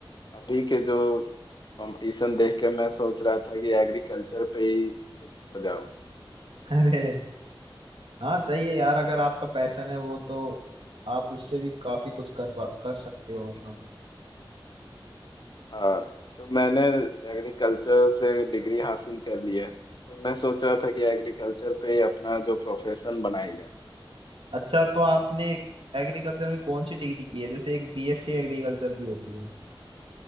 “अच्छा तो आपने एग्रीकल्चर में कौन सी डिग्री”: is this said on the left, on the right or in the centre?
Right